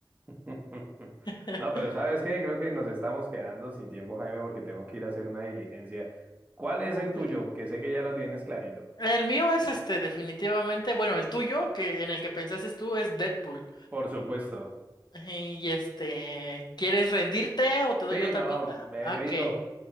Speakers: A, on the right; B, on the left.
A: <laughs>
B: <laughs>
A: No, pero ¿sabes qué? Creo que nos estamos quedando sin tiempo, Jaime, porque tengo que ir a hacer una diligencia. ¿Cuál es
B: Ok.
A: el tuyo? Que sé que ya lo tienes clarito.
B: El mío es este, definitivamente. Bueno, el tuyo, que en el que pensaste tú, es Deadpool.
A: Por supuesto.
B: Y este, ¿quieres rendirte o te doy
A: Sí,
B: otra
A: no,
B: pista?
A: me
B: Ok.
A: rindo.